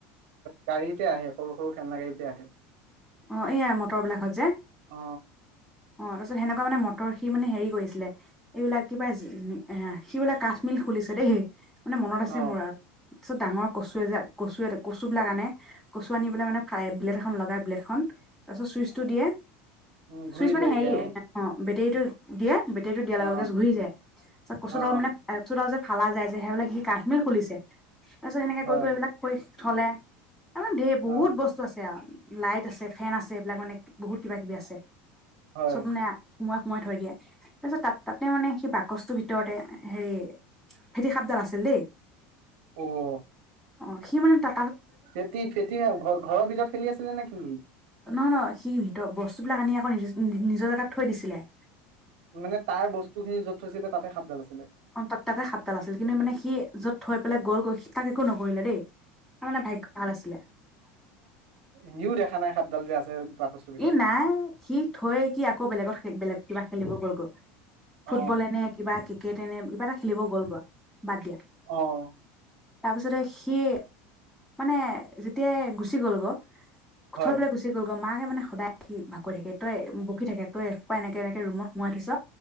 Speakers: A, on the right; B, in the centre.
A: গাড়ীতে আহে সৰু সৰু খেলনা গাড়ীতে আহে
B: অ এইয়াই মটৰ বিলাকত যে
A: অ
B: অ তাৰপিছত সেনেকুৱা মানে ম তৰ সি মানে হেৰি কৰিছিলে এইবিলাক কিবা এ সিবিলাক কাঠমিল খুলিছে দেই মানে মনত আছে
A: অ
B: মোৰ আৰু তাৰ ডাঙৰ কচু এ যে কচু এ কচু বিলাক আনে কচু আনি পেলায় মানে ব্লেট এখন লগাই ব্লেটখন খন তাৰপিছত চুইচটো দিয়ে
A: উম
B: চুইচ
A: ঘূৰি
B: মানে
A: যায়গে
B: হেৰি
A: অ
B: বেটেৰীটো দিয়ে বেটেৰিটো দিয়াৰ
A: অ
B: লগে লগে ঘূৰি যায় তছ কচুডাল
A: অ
B: মানে কচুডাল যে ফালা যায় যে সেইবিলাক সি কাঠমিল খুলিছে তাৰ পিছত সেনে
A: হয়
B: কৰি কৰি এইবিলাক ক থলে আমাৰ ঢেইৰ বহুত
A: অ
B: বস্তু আছে ইয়াত লাইট আছে ফেন আছে এইবিলাক মানে বহুত কিবা কিবি আছে
A: হয়
B: চব মানে সোমোৱাই সোমাৱাই থৈ দিয়ে তাৰপিছত তাত তাতে মানে সি বাকচটোৰ ভিতৰতে হেৰি ফেঁটী সাপডাল আছিল দেই
A: অহ
B: অ সি মানে টা
A: ফেঁটী, ফেঁটী সাপ ঘৰ ঘৰৰ ভিতৰত খেলি আছিলে নে কি?
B: নহয় নহয় সি ভিতৰৰ বস্তুবিলাক আনি আকৌ নিজ নিজৰ জেগাত থৈ দিছিলে
A: মানে তাৰ বস্তু খিনি য'ত থৈছিলে তাতে সাপডাল আছিলে
B: অ তাত তাতে সাপডাল আছিল কিন্তু মানে সি য'ত থৈ পেলাই গ'ল গৈ সি তাক একো নকৰিলে দেই তাৰ মানে ভাগ্য ভাল আছিলে
A: সিয়ো দেখা নাই সাপডাল যে আছে বাকচটোৰ ভিতৰত
B: এ নাই সি থৈ সি আকৌ বেলেগত বেলেগ কিবা খেলিব গ'ল গৈ ফুটবলে
A: অ
B: নে কিবা? ক্ৰিকেটে নে কিবা এটা খেলিব গ'ল গৈ বাদ দিয়া!
A: অহ!
B: তাৰপিছতে সি মানে যেতিয়াই গুচি গ'ল গে
A: হয়
B: থৈ পেলাই গুচি গল মাকে মানে সদায় সি ভালপোৱা থাকে তাই বকি থাকে তই এসোপা এনেকে এনেকে ৰুমত সোমাই থৈছ